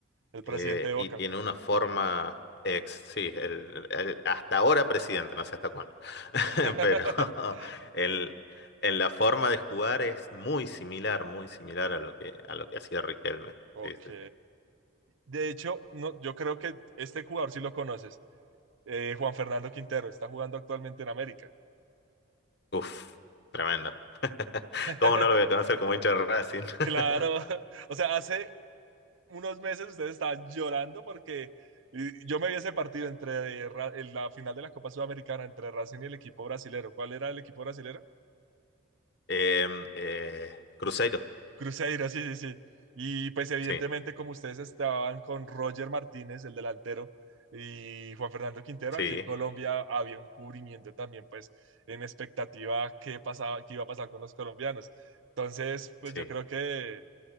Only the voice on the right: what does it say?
el presidente
de
Boca.
<laughs>
Ok.
De hecho, no, yo creo que este jugador sí lo conoces, eh, Juan Fernando Quintero, está jugando actualmente en América.
<laughs>
Claro, o sea, hace unos meses ustedes estaban llorando porque eh, yo me vi ese partido entre eh, Ra- en la final de la Copa Sudamericana entre Racing y el equipo brasilero. ¿Cuál era el equipo brasilero?
Cruzeiro, sí, sí, sí. Y pues evidentemente
como ustedes estaban con Roger Martínez, el delantero, y Juan Fernando Quintero,
aquí en Colombia había un cubrimiento también, pues en expectativa qué pasaba, qué iba a pasar con los colombianos. Entonces, pues
yo creo que